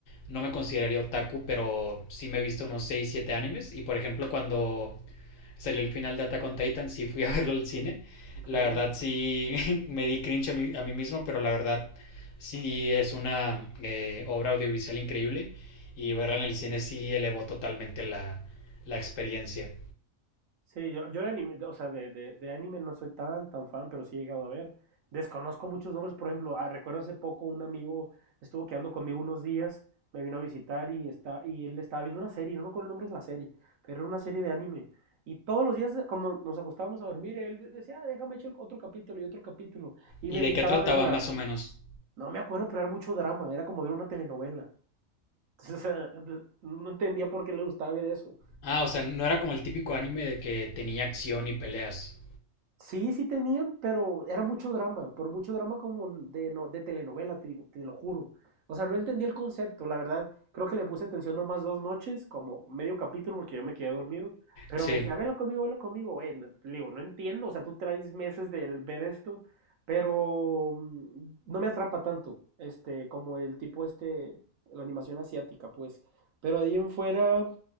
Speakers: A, on the left; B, on the right.
A: no me consideraría otaku, pero sí me he visto unos 6 7 animes. Y por ejemplo, cuando salió el final de Attack on Titan, sí fui a verlo al cine.
B: Ok.
A: La verdad sí <laughs> me di cringe a mí, a mí mismo, pero la verdad sí es una eh, obra audiovisual increíble y verla en el cine sí elevó totalmente la, la experiencia.
B: Sí, yo, yo de anime, o sea, de, de, de anime no soy tan, tan fan, pero sí he llegado a ver. Desconozco muchos nombres, por ejemplo, ah, recuerdo hace poco un amigo estuvo quedando conmigo unos días, me vino a visitar y, está, y él estaba viendo una serie, no me acuerdo el nombre de la serie, pero era una serie de anime. Y todos los días cuando nos acostábamos a dormir, él decía, "Ah, déjame echar otro capítulo y otro capítulo. Y
A: ¿Y
B: me invitaba
A: de qué trataba
B: a verla.
A: más o menos?
B: No me acuerdo, pero era mucho drama, era como ver una telenovela. Entonces, <laughs> no entendía por qué le gustaba ver eso.
A: Ah, o sea, no era como el típico anime de que tenía acción y peleas.
B: Sí, sí tenían, pero era mucho drama, por mucho drama como de, no, de telenovela, te digo, te lo juro. O sea, no entendí el concepto, la verdad. Creo que le puse atención nomás dos noches, como medio capítulo, porque yo me quedé dormido. Pero
A: Sí,
B: me decía, velo conmigo, velo conmigo, güey. no- Le digo, no entiendo, o sea, tú traes meses de ver esto, pero mm, no me atrapa tanto, este, como el tipo este, la animación asiática, pues. Pero de ahí en fuera,